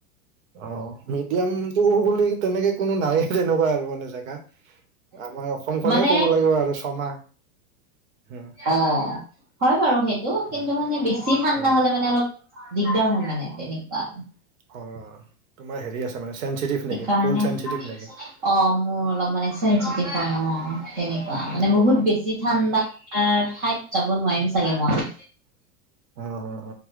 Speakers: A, on the right; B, on the right.
A: অ' মিডিয়ামটো বুলি তেনেকে কোনো নাই তেনেকুৱা আৰু মানে জেগা। আমাৰ অসমখনেই
B: মানে
A: ক'ব লাগিব আৰু ছমাহ। উম,
B: অ' হয় বাৰু সেইটো,
A: উম,
B: কিন্তু মানে বেছি ঠাণ্ডা
A: উম,
B: হ'লে মানে অলপ দিগদাৰ হয় মানে, তেনেকুৱা আৰু।
A: অ' তোমাৰ হেৰি আছে মানে চেনচিটিভ
B: সেইকাৰণে
A: নেকি, ক'ল চেনচিটিভ নেকি?
B: অ' মোৰ অলপ মানে চেনচিটিভ অ' তেনেকুৱা মানে
A: অ',
B: বহুত বেছি ঠাণ্ডা অ' ঠাইত যাব নোৱাৰিম চাগে মই।
A: উ, হ, হ।